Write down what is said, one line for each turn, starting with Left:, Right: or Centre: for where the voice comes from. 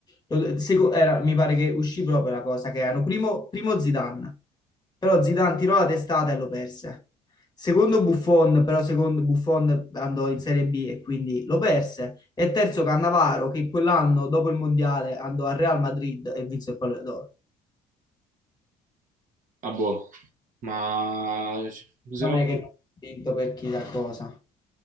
Left: Lo- seco- era- mi pare che uscì proprio la cosa che erano primo, primo Zidane, però Zidane tirò la testata e lo perse. Secondo Buffon, però secondo Buffon andò in Serie B e quindi lo perse. E terzo Cannavaro che quell'anno dopo il Mondiale andò al Real Madrid e vinse il Pallone d'Oro.
Right: Ah, boh. Ma se
Left: Non
Right: no,
Left: è che non ha vinto per chissà cosa.